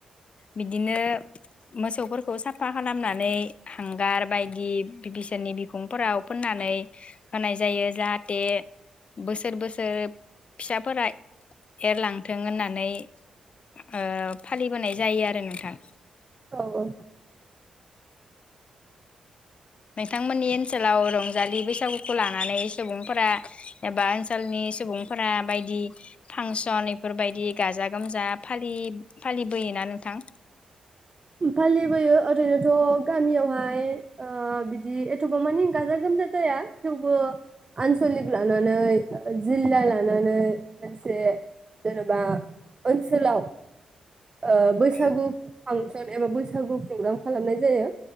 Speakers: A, on the left; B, on the right.
A: बिदिनो मोसौफोरखौ साफा खालामनानै हांगार बायदि बिसोरनि बिखुंफोराव फोननानै होनाय जायो जाहाथे बोसोर बोसोर फिसाफोरा एरलांथों होननानै ओ फालि बोनाय जायो आरो नोंथां।
B: औ।
A: नोंथांमोननि ओनसोलाव रंजालि बैसागुखौ लानानै सुबुंफोरा एबा ओनसोलनि सुबुंफोरा बायदि फांसन बेफोरबायदि गाजा गोमजा फालि फालिबोयोना नोंथां?
B: फालिबोयो ओरैनोथ' गामियावहाय ओ बिदि एथ'बां मानि गाजा गोमजा जाया थेवबो आनसलिक लानानै जिल्ला लानानै मोनसे जेन'बा ओनसोलाव ओ बैसागु
A: औ
B: फांसन सन एबा बैसागु प्रग्राम खालामनाय जायो